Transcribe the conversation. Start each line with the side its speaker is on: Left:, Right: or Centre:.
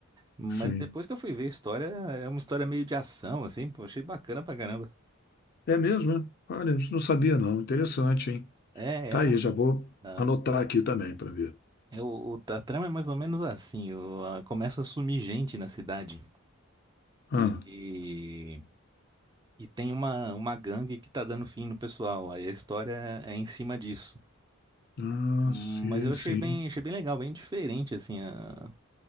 Right: mas
Left: sim.
Right: depois que eu fui ver a história, é uma história meio de ação assim, pô, achei bacana pra caramba.
Left: É mesmo, né? Olha, isso não sabia não. Interessante, hein?
Right: É,
Left: Tá
Right: é uma
Left: aí, já vou
Right: Tá.
Left: anotar aqui também para ver.
Right: É o, o- a trama é mais ou menos assim, o- a- começa a sumir gente na cidade.
Left: Ah,
Right: E, E tem uma, uma gangue que tá dando fim no pessoal. Aí a história é em cima disso.
Left: ah,
Right: Mas
Left: sim,
Right: eu achei
Left: sim.
Right: bem, achei bem legal, bem diferente assim a,